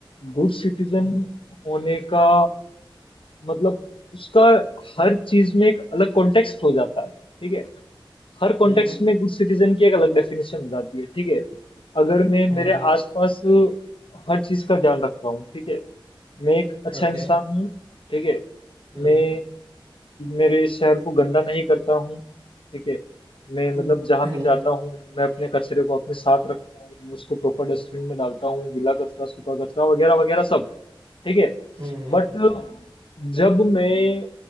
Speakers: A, on the left (about 80°); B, on the right (about 80°).
A: गुड सिटीजन
B: हम्म
A: होने का मतलब उसका हर चीज में एक अलग कॉन्टेक्स्ट हो जाता है ठीक है हर कॉन्टेक्स्ट
B: हम्म
A: में गुड सिटीजन की एक अलग डेफिनेशन हो जाती है ठीक है अगर मैं
B: हम्म
A: मेरे आसपास हर चीज का ध्यान रख रहा हूँ ठीक है मैं एक अच्छा
B: ओके
A: इंसान हूँ ठीक है
B: हम्म
A: मैं
B: okay,
A: मेरे इस शहर को गंदा नहीं करता हूँ, ठीक है। मैं
B: हम्म
A: मतलब जहाँ
B: हम्म
A: भी
B: हम्म
A: जाता हूँ, मैं अपने कचरे को अपने साथ रखता हूँ, मैं उसको प्रॉपर डस्टबिन में डालता हूँ, गीला कचरा, सूखा कचरा वगैरह वगैरह सब, ठीक है।
B: हम्म, हम्म,
A: बट जब मैं